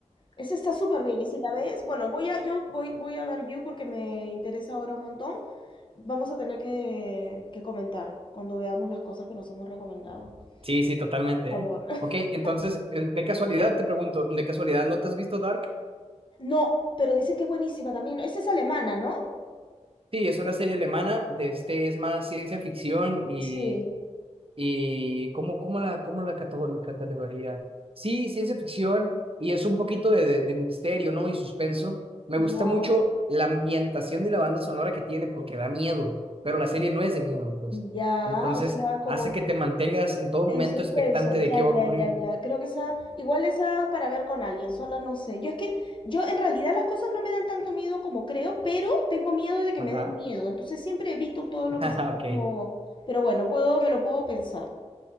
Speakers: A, on the left; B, on the right.
A: Esa está súper bien. Y si la ves, bueno, voy a, yo voy, voy a ver You porque me interesa ahora un montón. Vamos a tener que, que comentar cuando veamos las cosas que nos hemos recomendado.
B: Sí, sí, totalmente,
A: Por favor.
B: ¿eh?
A: <laughs>
B: Ok, entonces, eh, de casualidad te pregunto, ¿de casualidad no te has visto Dark?
A: No, pero dicen que es buenísima también. Esa es alemana, ¿no?
B: Sí, es una serie alemana, de este es más ciencia ficción y,
A: Sí.
B: y ¿cómo, cómo la, cómo la cata- la catalogaría? Sí, ciencia ficción y es un poquito de, de- de misterio, ¿no? Y suspenso. Me
A: Ya.
B: gusta mucho la ambientación y la banda sonora que tiene porque da miedo, pero la serie no es de miedo, pues.
A: Ya,
B: Entonces,
A: o sea, como
B: hace que te mantengas en todo
A: En
B: momento
A: suspenso,
B: expectante de
A: ya,
B: qué
A: ya,
B: va a ocurrir.
A: ya, ya. Creo que esa, igual esa para ver con alguien, sola no sé. Yo es que, yo en realidad las cosas no me dan tanto miedo como creo, pero tengo miedo de que
B: Ajá.
A: me den miedo. Entonces siempre evito todo lo
B: <laughs>
A: que es
B: Ok.
A: así como, pero bueno, puedo, me lo puedo pensar.